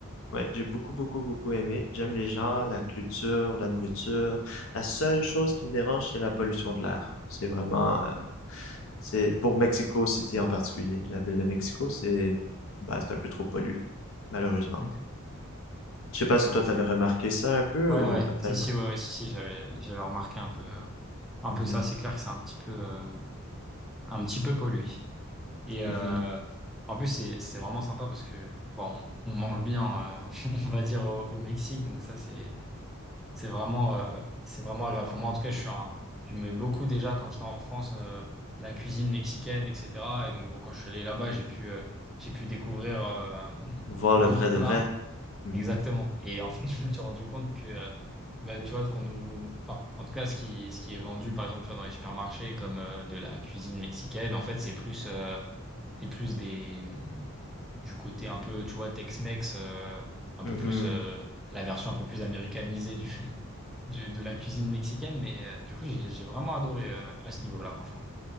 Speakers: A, on the left (about 60°); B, in the centre.
A: Ouais, j'ai beaucoup, beaucoup, beaucoup aimé. J'aime les gens, la culture, la nourriture. La seule chose qui me dérange, c'est la pollution de l'air. C'est vraiment, euh, c'est pour Mexico City en particulier. La ville de Mexico, c'est, bah, c'est un peu trop pollué, malheureusement.
B: Ok.
A: Je sais pas
B: Ouais,
A: si toi
B: ouais, tu-
A: t'avais remarqué ça un peu
B: ouais,
A: ou
B: ouais.
A: pas tellement.
B: Si, si, ouais, ouais, si, si, j'avais, j'avais remarqué un peu, euh, un
A: Mhm,
B: peu ça. C'est clair que c'est un petit peu, euh, un petit peu pollué. Et,
A: mhm.
B: euh, en plus, c'est, c'est vraiment sympa parce que, bon, on, on mange bien, euh, <laughs> on va dire au, au Mexique. Donc ça, c'est, C'est vraiment, euh, c'est vraiment agréable. Enfin, moi, en tout cas, je suis un, j'aimais beaucoup déjà quand j'étais en France, euh, la cuisine mexicaine, etc. Et donc, bon, quand je suis allé là-bas, j'ai pu, euh, j'ai pu découvrir, euh,
A: Voir
B: d'autres
A: le vrai de
B: plats.
A: vrai. Mhm,
B: Exactement. Et en fait, <laughs> je me suis rendu compte que, euh, bah, tu vois, ce qu'on nous, enfin, en tout cas, ce qui, ce qui est vendu, par exemple, tu vois, dans les supermarchés, comme, euh, de la cuisine mexicaine, en fait, c'est plus, euh, c'est plus des, mm, du côté un peu, tu vois, Tex-Mex, euh, un
A: mhm.
B: peu plus, euh, la version un peu plus américanisée du, du- de la cuisine mexicaine, mais euh, du coup, j'ai j'ai vraiment adoré euh, à ce niveau-là, franchement.